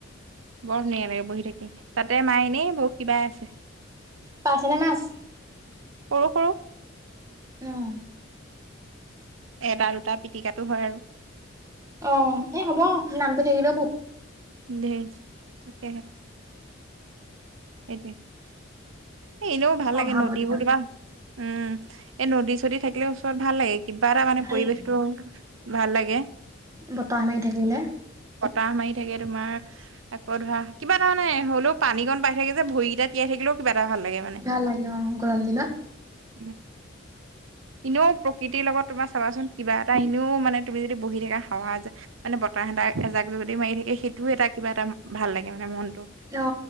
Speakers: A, on the right; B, on the right.
A: বৰ ধুনীয়া লাগে বহি থাকি তাতে মায় এনে বৰশী বাই আছে।
B: পাইছেনে মাছ?
A: সৰু, সৰু।
B: অ'হ।
A: এটা, দুটা পিটিকাটো হয় আৰু
B: অ', এ! হ'ব নামটো থাকিলেও বুক।
A: দেই, সেয়েহে। সেইটোৱে। এ! এনেও ভাল
B: অভাৱত
A: লাগে, নদীবোৰ
B: দিনত
A: কিবা উ'ম, এ! নদী- চদী থাকিলে ওচৰত ভাল লাগে। কিবা এটা মানে
B: ভাল
A: পৰিবেশটো
B: লাগে
A: ভাল লাগে।
B: বতাহ মাৰি থাকিলে।
A: বতাহ মাৰি থাকে তোমাৰ আকৌ ধৰা কিবা তাৰানে হ'লেও পানী গন পাই থাকে যে ভৰিকেইটা তিয়াই থাকিলেও কিবা এটা ভাল লাগে মানে
B: ভাল লাগে। অ', গৰম দিনত।
A: উ'ম।
B: <unintelligible>
A: এনেও প্ৰকৃতিৰ লগত তোমাৰ চাবাচোন কিবা এটা এনেও মানে তুমি যদি বহি থাকা হাৱা এজাক, মানে বতাহ এজাক জগদি মাৰি থাকে সেই তটো এটা কিবা এটা ভাল লাগে, মানে মনটো।
B: অ